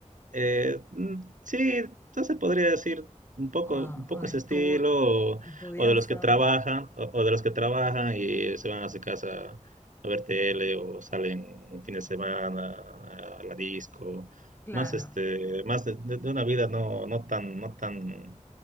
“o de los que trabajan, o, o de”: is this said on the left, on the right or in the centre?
Right